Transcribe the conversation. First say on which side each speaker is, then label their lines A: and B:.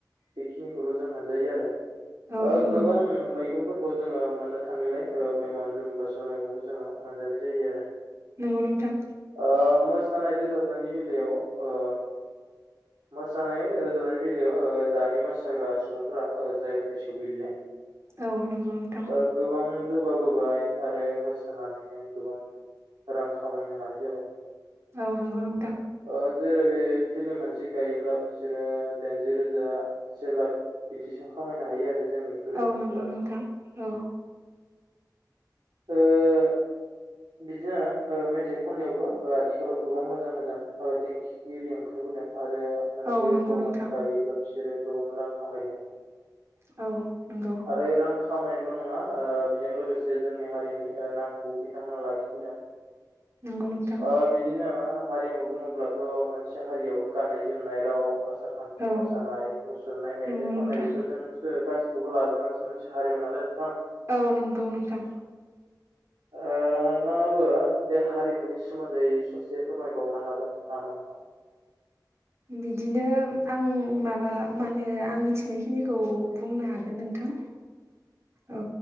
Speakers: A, on the right; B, on the right.
A: बेखिनिखौल' जों मोनजायो आरो
B: औ
A: ओ
B: नंगौ
A: गोबां मैगं फोरखौ जोङो मोननो थाङैलाय ओ बे मानद्रुम बाासल मैगंखौ जोङो मोनजानाय जायो आरो
B: नंगौ नोंथां
A: ओ मोसानाय रोजाबनायनि बेलायाव ओ मोसानाय रोजाबनायनि बेलायाव ओ दानि मोसाग्रा सुबुंफोरा ओ जायगा थायसेआव गैलिया
B: औ नंगौ नोंथां
A: ओ गोबां जौगाबोबाय आरो मोसानानैनो गोबां रां खामायनो हानाय जाबाय
B: औ नंगौ नोंथां
A: ओ जेरै फिम्ल मोनसे गायोब्ला बिसोरो दाइनजि रोजा से लाख बिदिसो खामायनो हायो आरो जोंनि एखथर एखट्रेसफोरा
B: औ नंगौ नोंथां औ
A: <unintelligible> बिदिनो ओ मेथाइ खननायावबो आथिखालाव गोबां मोजां मोजां देंखिगिरि ओंखारबोदों आरो मोनसे
B: औ नंगौ
A: प्रग्राम
B: नोंथां
A: गायोब्ला बिसोरो गोबां रां खामायगोन
B: औ नंगौ
A: आरो रां खामायनाल' नङा ओ बेजों लोगोसे जोंनि हारिनि नामखौ बिथांमोना लाखिबोदों
B: नंगौ नोंथां
A: ओ बिदिनो हारिमु बुङोब्लाथ' मोनसे हारियाव गाननाय जोमनाय राव आसार खान्थि
B: औ
A: मोसानाय मुसुरनाय मेथाइ
B: नंगौ
A: खननाय
B: नोंथां
A: बेफोरजोंसो गासै बेखौ लाजोबनानैसो मोनसे हारिमु नालाय नोंथां
B: औ नंगौ नोंथां
A: ओ दा नोंथाङाबो बे हारिमुनि सोमोन्दै ससे फोरमायबावनो हागोन नामा नोंथां <inaudible>
B: बिदिनो आं माबा मा होनो आं मिथिनायखिनिखौ बुंनो हागोन नोंथां औ